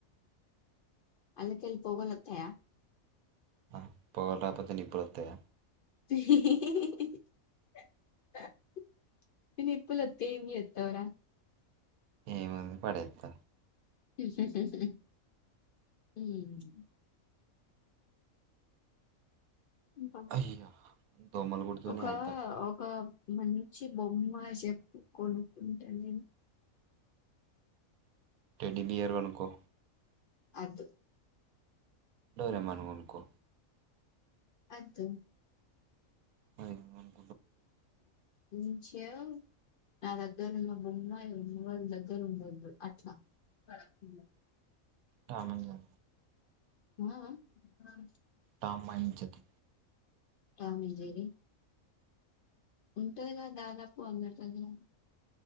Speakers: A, on the left; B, on the right.
A: అందుకిళ్ళ పోగలు వతాయ
B: ఆ పొగలు రాకపోతే నిప్పులొతాయ
A: <inaudible> నిప్పులొస్తే ఏం చేస్తావ్ రా
B: ఏముంది పడేత్త
A: <inaudible> ఇంకా
B: అయ్యా దోమలు కుడుతున్నాయి
A: ఒక
B: అంతా
A: ఒక మంచి బొమ్మ చెప్పు కొనుక్కుంటా నేను
B: టెడి బియర్ కొనుకో
A: అదు
B: డోరెమాన్ కొనుకో
A: అదు
B: మరి ఎం కా
A: నుంచి నా దగ్గర ఉన్న బొమ్మ ఎవరి దగ్గర ఉండద్దు అట్లా బ
B: టామ్ అండ్ జ
A: ఆ ఆ
B: Tom and Jerry
A: Tom and Jerry ఉంటది కదా దాదాపు అందరి దగ్గర